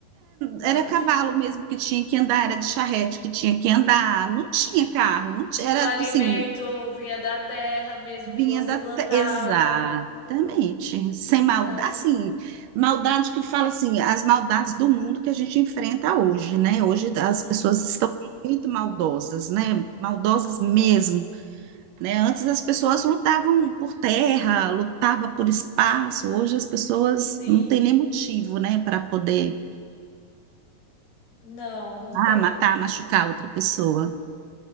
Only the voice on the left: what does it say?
não,
não
tinha nada.
O alimento
vinha da terra mesmo
que você
plantava.
Então,
uhum,
então,
sim.
Não, não tem.